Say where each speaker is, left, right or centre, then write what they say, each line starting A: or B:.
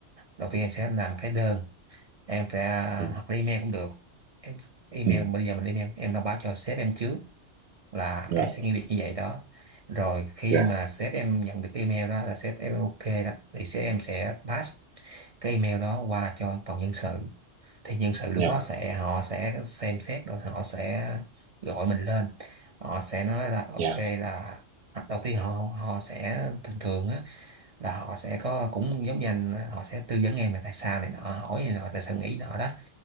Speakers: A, on the right; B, on the right.
A: đầu tiên em sẽ làm cái đơn em sẽ à,
B: ừ
A: hoặc là email cũng được em email
B: ừ
A: bây giờ mình email em thông báo cho sếp em trước là
B: dạ
A: em sẽ nghĩ việc như vậy đó rồi khi
B: dạ
A: mà sếp em nhận được cái email đó là sếp em ok đó thì sếp em sẽ pass cái email đó qua cho phòng nhân sự thì nhân sự lúc
B: dạ
A: đó sẽ họ sẽ xem xét rồi họ sẽ gọi mình lên họ sẽ nói là ok
B: dạ
A: là à, đầu tiên họ họ sẽ thường thường á là họ sẽ có cũng giống như anh họ sẽ tư vấn em là tại sao này nọ hỏi này nọ tại sao nghĩ nọ đó